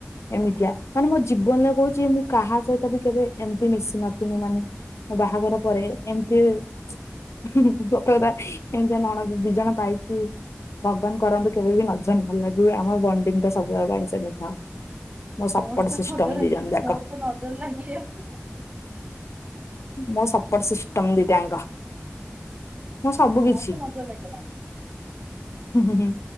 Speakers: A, on the left; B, on the right.
A: ଏମିତିଆ ମାନେ ମୋ ଜୀବନରେ କହୁଚି ମୁଁ କାହା ସହିତ ବି କେବେ ଏମିତି ମିଶି ନଥିନି ମାନେ ମୋ ବାହାଘର ପରେ ଏମିତି ସତକଥା। ଏମିତିଆ ନଣନ୍ଦ ଦିଜଣ ପାଇକି ଭଗବାନ କରନ୍ତୁ କେବେ ବି ନଜର ନ ଲାଗୁ ଆମ ବଣ୍ଡିଙ୍ଗଟା ସବୁବେଳ ପାଇଁ ସେମିତି ଥାଉ। ମୋ ସପୋର୍ଟ
B: ମୋର ତ
A: ସିଷ୍ଟମ
B: ନଜର
A: ଦି
B: ମୋର
A: ଜଣ ଯାକ
B: ତ ନଜର ଲାଗିଗଲା
A: ମୋ ସପୋର୍ଟ ସିଷ୍ଟମ ଦିଟା ଆଙ୍କ ମୁଁ ସବୁ କିଛି
B: ମୋର ତ
A: <inaudible>
B: ନଜର ଲାଗିଗଲା
A: ହୁଁଁ ହୁଁ